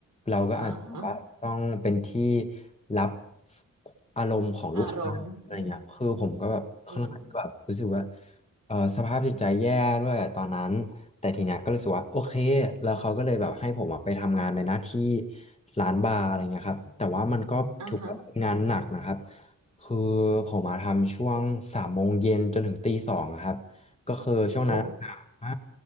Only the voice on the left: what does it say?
เราก็อาจจะว่าต้องเป็นที่
รับอารมณ์ของลูกค้าอะไรเงี้ยคือผมก็แบบค่อนข้างแบบรู้สึกว่า
เออสภาพจิตใจแย่ด้วยตอนนั้น แต่ทีเนี้ยก็รู้สึกว่าโอเค แล้วเขาก็เลยแบบให้ผมอะไปทำงานในหน้าที่ร้านบาร์อะไรเงี้ยครับ แต่ว่ามันก็ถือว่าเป็นงานหนักนะครับ
คือผมมาทำช่วงสามโมงเย็นจนถึงตีสองอะครับ ก็คือช่วงนั้น
อ่า